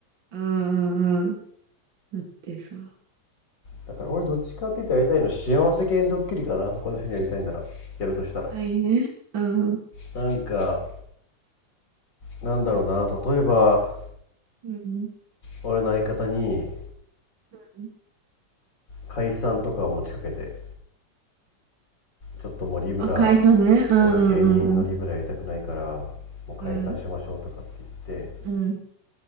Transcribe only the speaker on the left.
だから俺どっちかって言ったらやりたいの幸せ系のドッキリかな他の人にやりたいならやるとしたら
なんかなんだろうな例えば
俺の相方に
解散とかを持ちかけてちょっともうリブラ
そう芸人のリブラやりたくないからもう解散しましょうとかって言って